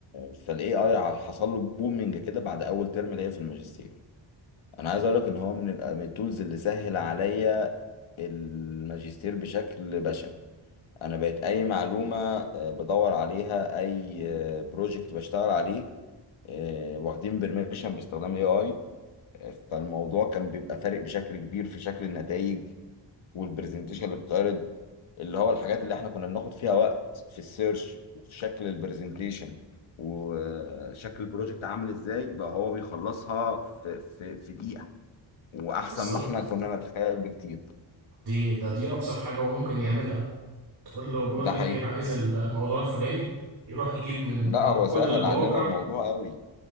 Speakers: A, on the left; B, on the right.
A: فالاي اي حصل له بومنج كده بعد اول ترم ليا في الماجستير انا عايز اقول لك ان هو من ال- من التولز اللي سهل عليا الماجستير بشكل بشع انا بقيت اي معلومه آه، بدور عليها اي بروجكت بشتغل عليه آه، واخدين بيرميشن باستخدام الاي اي فالموضوع كان بيبقى فارق بشكل كبير في شكل النتائج والبرزنتيشن اللي بتتعرض اللي هو الحاجات اللي احنا كنا بناخد فيها وقت في السيرش وفي شكل البرزنتيشن وشكل البروجكت عامل ازاي بقى هو بيخلصها في في في دقيقة واحسن
B: بالظبط
A: ما احنا كنا نتخيل بكتير
B: دي ده دي ابسط حاجه هو ممكن يعملها تقول له بقول
A: ده
B: لك
A: حقيقي
B: ايه انا عايز الموضوع الفلاني يروح يجيب من
A: لا هو
B: كل
A: سهل
B: المواقع
A: عننا الموضوع قوي